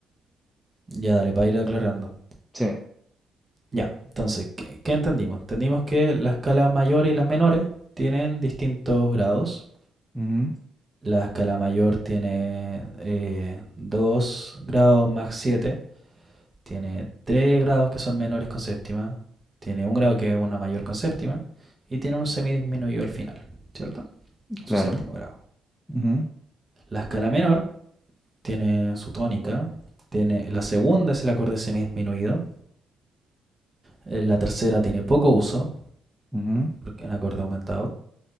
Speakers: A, on the right (about 25°); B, in the centre.
A: Ya, dale, para ir aclarando.
B: Sí,
A: Ya, entonces, ¿qué, qué entendimos? Entendimos que las escalas mayores y las menores tienen distintos grados.
B: ujú,
A: La escala mayor tiene eh, 2 grados más siete tiene tres grados que son menores con séptima, tiene un grado que es una mayor con séptima y tiene un semidisminuido al final, ¿cierto?
B: claro.
A: Su séptimo grado.
B: ujú,
A: La escala menor tiene su tónica, tiene la segunda es el acorde semidisminuido, eh, la tercera tiene poco uso,
B: ujú,
A: porque es un acorde aumentado.